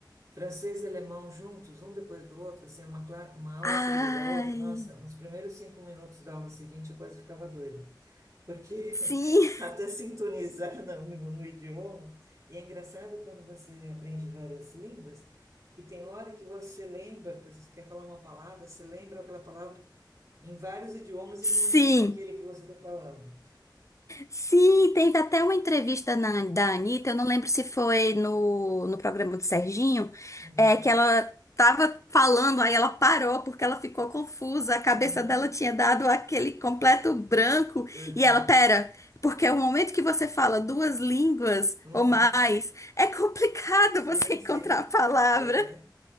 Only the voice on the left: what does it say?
Ai.
Sim,
sim,
sim. Teve até uma entrevista na, da Anitta, eu não lembro se foi no, no programa do Serginho,
é, que ela tava falando, aí ela parou porque ela ficou confusa, a cabeça
dela tinha dado aquele completo branco,
e ela, pera, porque o momento que você fala duas línguas
ou mais, é complicado
<laughs> você encontrar
a palavra.